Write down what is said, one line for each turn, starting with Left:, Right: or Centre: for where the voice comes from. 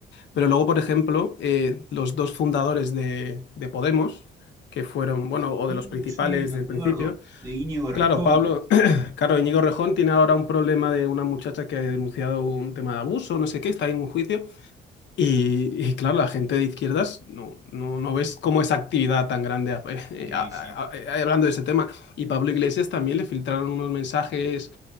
Left: Pero luego, por ejemplo, eh, los dos fundadores de, de Podemos, que fueron, bueno, o
Right: Uh,
Left: de los principales
Right: sí, me
Left: del
Right: acuerdo,
Left: principio,
Right: de Íñigo Errejón,
Left: claro, Pablo,
Right: que
Left: <clears throat> claro, Íñigo Rejón tiene ahora un problema de una muchacha que ha denunciado un tema de abuso, no sé qué, está ahí en un juicio. Y, y claro, la gente de izquierdas no, no, no ves como esa actividad tan grande a- <laughs>
Right: sí,
Left: a- a-
Right: sí,
Left: a- hablando de ese tema. Y Pablo Iglesias también le filtraron unos mensajes,